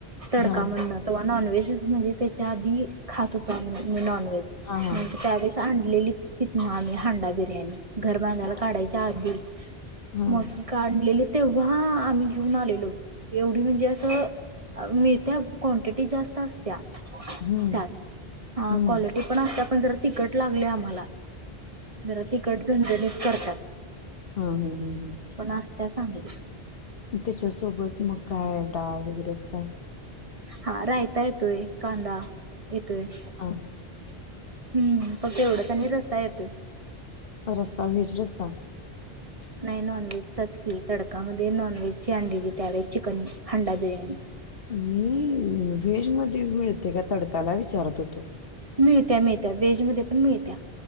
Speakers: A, on the right; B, on the left.
A: तडका
B: हां.
A: म्हणल तो नॉनवे <unintelligible> म्हणजे, त्याच्या आधी खात होतो आम्ही <unintelligible>
B: हां, हां.
A: म्हणजे पॅरिस <unintelligible> ली तिथुन आम्ही हांंडा बिर्याणी- घर बांधाय-
B: हां. हां.
A: म लेले तेव्हा आम्ही घेऊन आलेलो एवढी म्हणजे असं मिळत्या क्वांटिटी जास्त असत्या
B: हं.
A: त्यात हा
B: हं.
A: क्लिटी पण असते पण ज तिकट लागले आम्हाला जरा तिकट झणजणीच करतात
B: हा हम हम हम्
A: पण असत्या चांगली
B: म त्याच्या सोबत सोबत मग काय डाळ वगैरेच काय
A: हा रायता येतोय कांदा येतय हम्म
B: हां.
A: पग तेवढाच आणि रसा येतोय
B: रसा हेच रसा
A: नाही नॉनव्हेजचाचकीी तडकामध्ये नॉनव्हेज ची अंडी घ त्या्यावे चिकन हंडा बिर्याणी
B: मी व्हेज मध्ये मिळते का तडकाला विचारत होतो
A: मिळत्या मिळत्या वेजमध्येध्ये पण मिळत्या